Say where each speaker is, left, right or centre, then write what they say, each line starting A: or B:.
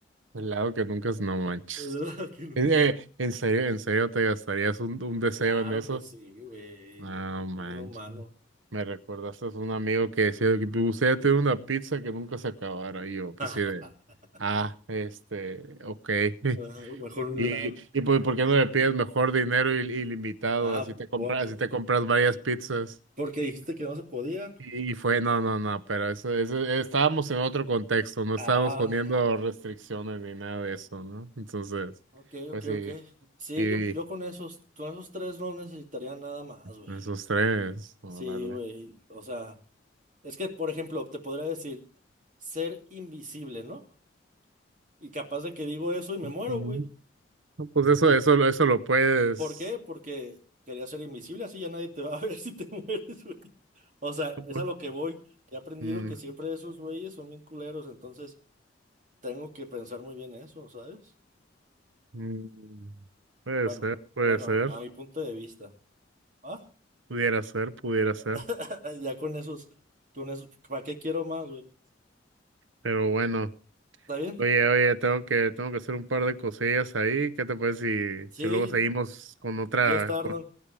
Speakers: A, on the right (about 80°); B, on the right (about 40°).
A: El lado que nunca es, no manches.
B: <laughs> un helado que nunca
A: Eh,
B: se-
A: eh, ¿En serio, en serio te gastarías un, un deseo
B: Claro
A: en eso?
B: que sí, güey,
A: No manches.
B: soy un humano.
A: Me recordaste a un amigo que decía que me gustaría tener una pizza que nunca se acabara. Y yo, pues
B: <laughs>
A: sí, de, ah, este, ok. <laughs>
B: Ah, mejor un
A: Y,
B: helado.
A: y pues, ¿por qué no le pides mejor dinero il- ilimitado?
B: Ah,
A: Así
B: pu-
A: te compras,
B: pu- pu-
A: así te compras varias pizzas.
B: porque dijiste que no se podía.
A: Y fue, no, no, no, pero eso, eso, estábamos en otro contexto, no
B: Ah,
A: estábamos poniendo restricciones ni nada de eso, ¿no? Entonces,
B: ok,
A: pues
B: ok,
A: sí,
B: ok. Sí,
A: y
B: yo, yo con esos, con esos tres no necesitaría nada más, güey.
A: esos tres, órale.
B: Sí, güey, o sea. Es que, por ejemplo, te podría decir ser invisible, ¿no? Y capaz de que digo eso y me
A: Ujú.
B: muero, güey.
A: No, pues eso, eso, lo- eso lo puedes,
B: ¿Por qué? Porque quería ser invisible, así ya nadie te va a <laughs> ver si te mueres, güey. O sea,
A: no,
B: es
A: pues,
B: a lo que voy. He aprendido
A: mm,
B: que siempre esos güeyes son bien culeros, entonces tengo que pensar muy bien eso, ¿sabes?
A: mm, puede
B: Bueno,
A: ser, puede
B: bueno,
A: ser,
B: a mi punto de vista. ¿Ah?
A: pudiera ser, pudiera ser,
B: <laughs> Ya con esos, con esos, ¿para qué quiero más, güey?
A: pero bueno,
B: ¿Está bien?
A: oye, oye, tengo que, tengo que hacer un par de cosillas ahí, ¿qué te parece
B: Sí,
A: si, si luego seguimos con otra?
B: ya está, Arnold.